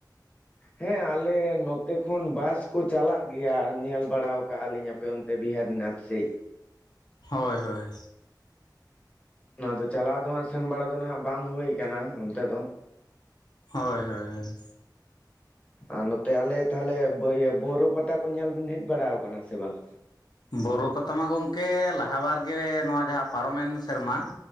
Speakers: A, on the left; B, on the left.
A: ᱦᱮᱸ ᱟᱞᱮ ᱱᱚᱛᱮ ᱠᱷᱚᱱ ᱵᱟᱥ ᱠᱚ ᱪᱟᱞᱟᱜ ᱜᱮᱭᱟ ᱧᱮᱞ ᱵᱟᱲᱟᱣ ᱠᱟᱜᱼ ᱞᱤᱧ᱾ ᱯᱮ ᱚᱱᱛᱮ ᱵᱤᱦᱟᱨᱤᱱᱟᱛ ᱥᱮᱜ
B: ᱦᱳᱭ ᱦᱳᱭ
A: ᱚᱱᱟ ᱫᱚ ᱪᱟᱞᱟᱣ ᱫᱚᱦᱟᱸᱜ ᱥᱮᱱ ᱵᱟᱲᱟ ᱫᱚ ᱱᱟᱸᱜ ᱵᱟᱝ ᱦᱩᱭ ᱠᱟᱱᱟ ᱚᱱᱛᱮ ᱫᱚ
B: ᱦᱳᱭ ᱦᱳᱭ ᱦᱳᱭ
A: ᱟᱨ ᱱᱚᱛᱮ ᱟᱞᱮ ᱛᱟᱦᱮᱞᱮ ᱵᱟᱹᱭ ᱵᱟᱹᱣᱨᱟᱹ ᱯᱟᱛᱟ ᱠᱚ ᱧᱮᱞ ᱵᱮᱱ ᱦᱮᱡ ᱵᱟᱲᱟᱣ ᱠᱟᱱᱟ ᱥᱮ ᱵᱟᱝ
B: ᱵᱳᱨᱳ ᱯᱟᱛᱟ ᱢᱟ ᱜᱚᱝᱠᱮ ᱞᱟᱦᱟ ᱵᱟᱨᱜᱮ ᱱᱚᱣᱟ ᱡᱟᱦᱟ ᱯᱟᱨᱚᱢᱮᱱ ᱥᱮᱨᱢᱟ